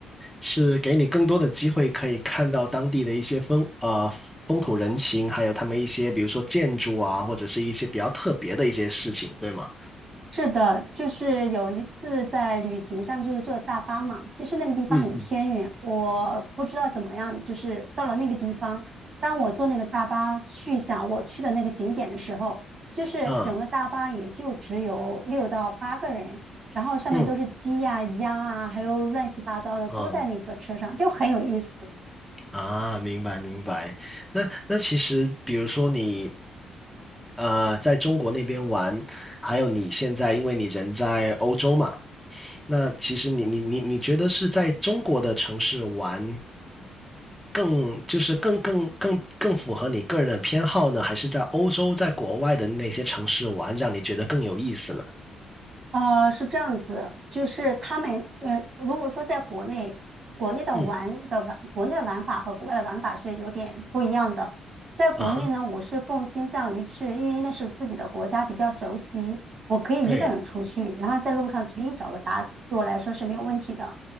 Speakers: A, in the centre; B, on the right.
A: 是给你更多的机会，可以看到当地的一些风啊、呃风土人情，还有他们一些比如说建筑啊，或者是一些比较特别的一些事情，对吗？
B: 是的，就是有一次在旅行上，就是坐大巴嘛。其实那个地方很偏远，
A: 嗯嗯。
B: 我不知道怎么样，就是到了那个地方，当我坐那个大巴去想我去的那个景点的时候，就是整个大巴也就只有六到八个人，
A: 嗯
B: 然后上面都是鸡呀、
A: 嗯
B: 鸭啊，还有乱七八糟的都在那个车上，
A: 哦
B: 就很有意思。
A: 啊，明白明白。那那其实比如说你啊，在中国那边玩，还有你现在因为你人在欧洲嘛。那其实你你你你觉得是在中国的城市玩更就是更更更更符合你个人的偏好呢，还是在欧洲在国外的那些城市玩让你觉得更有意思呢？
B: 呃，是这样子，就是他们呃，如果说在国内，国内的玩的玩，
A: 嗯
B: 国内的玩法和国外的玩法是有点不一样的。在国内呢，
A: 啊哈，
B: 我是更倾向于去，因为那是自己的国家，比较熟悉，我可以一个人出去，
A: 对
B: 然后在路上随意找个搭子，对我来说是没有问题的。